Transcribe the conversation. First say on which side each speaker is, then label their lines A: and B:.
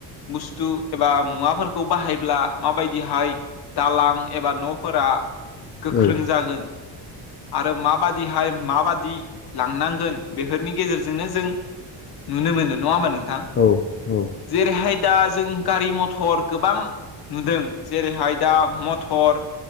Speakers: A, on the left; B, on the left.
A: बुस्थु एबा मुवाफोरखौ बाहायब्ला माबायदिहाय दालां एबा न'फोरा गोख्रों
B: औ
A: जागोन आरो माबादिहाय माबादि लांनांगोन बेफोरनि गेजेरजोंनो जों नु मोन नङा होमब नों
B: औ औ
A: जेरैहाय दा जों गारि मथर गोबां नुदों जेरैहाय दा मटर